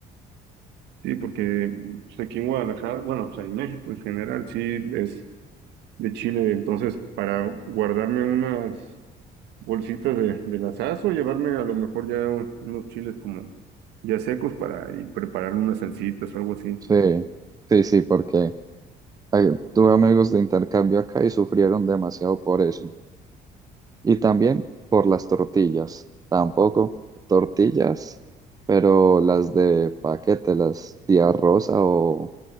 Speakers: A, on the right; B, on the right.
A: Sí, porque pues, aquí en Guadalajara, bueno, pues en México en general, sí, es de Chile, entonces para guardarme unas bolsitas de, de las o llevarme a lo mejor ya un- unos chiles como ya secos para ir preparar unas salsitas o algo así.
B: Sí, sí, sí, porque eh, tuve amigos de intercambio acá y sufrieron demasiado por eso. Y también por las tortillas, tampoco tortillas, pero las de paquete, las Tía Rosa o